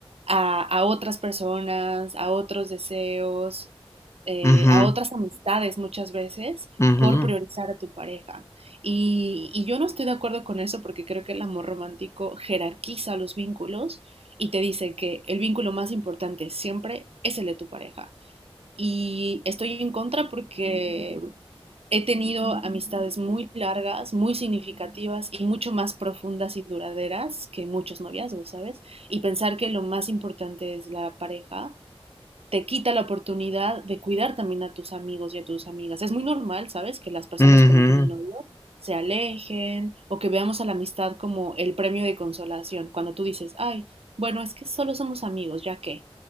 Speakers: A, on the right; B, on the left.
A: a, a otras personas, a otros deseos, eh,
B: Ujú,
A: a otras amistades muchas veces
B: ujú,
A: por priorizar a tu pareja. Y, y yo no estoy de acuerdo con eso porque creo que el amor romántico jerarquiza los vínculos y te dice que el vínculo más importante siempre es el de tu pareja y estoy en contra porque he tenido amistades muy largas, muy significativas y mucho más profundas y duraderas que muchos noviazgos, ¿sabes? Y pensar que lo más importante es la pareja te quita la oportunidad de cuidar también a tus amigos y a tus amigas. Es muy normal, ¿sabes? Que las personas
B: ujú,
A: cuando tienen novio se alejen o que veamos a la amistad como el premio de consolación. Cuando tú dices, ay, bueno, es que solo somos amigos, ya que,